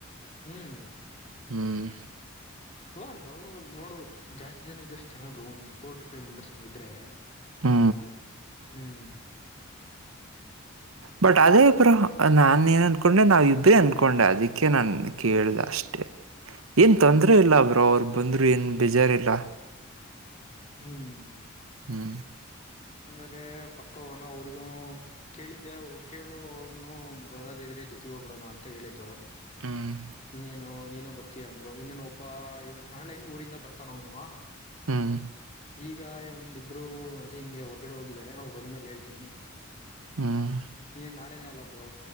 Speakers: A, on the left; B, on the right.
A: ಹ್ಮ್
B: ಹ್ಮ್
A: ಹನ್ ನೋಡುವದು ಜಾಸ್ತಿ ಜನ ಇದಷ್ಟ ಚೆಾಗ್ ಬ ಒ ಫೋರ್ ಟ ೈವ್ ಮೆಂಬರ್ಸ್ಂದ ಇದ್ರೆ
B: ಹ್ಮ
A: ಹ್ಮ್ ಹ
B: ಬಟ್ ಅದೇಬ್ರೋ ನಾನ ಏನ್ ಅನ್ಕೊಂಡೆ ನಾವ ಇಬ್ರೇ ಅನ್ಕೊಂಡೆ ಅದಕ್ಕೆ ನಾನ್ ಕೇಳ್ದ ಅಷ್ಟೆ ಏನ್ ತೊಂದ್ರ ಇಲ್ಲ ಅವ್ರೋ ಅವರು ಬಂದ್ರರು ಏನ್ ಬೇಜಾರಿಲ್ಲ
A: ಹ್ಮ್
B: ಹ್ಮ್
A: ಆದ್ರೆ ಪಕ್ಕವನ ಅವ್ರಿಗೂ ಕೇಳಿದ್ದೆ ಕೇಳು ಅವನು ಬರದ ಇದ್ರೆ ಜೊತೆ ಹೋಗಡೋಣ ಅಂತ ಹೇಳಿದ್ರು
B: ಹ್ಮ್,
A: ಇನ್ನೇನು ನೀನು ಬರ್ತೀಯ ಅಂದ್ರ ಇನ್ನೇನು ಒಬ್ಬ ನಾಳೆ ಹೆಂಗ್ ಊರಿಂದ ಬರ್ತಾನ ಅವನುವಾ
B: ಹ್ಮ್
A: ಈಗ ಒಂದಿಬ್ಬರು ಅದೇ ಹಿಂಗೆ ಹೊರಗಡೆ ಹೋಗಿದ್ದಾರೆ ಅವ್ರು ಬಂದ್ಮೇಲೆ ಹೇಳ್ತೀನಿ
B: ಹ್ಮ್
A: ನೀ ನಾಳೆನ ಅಲ್ಲ ಬ್ರೋ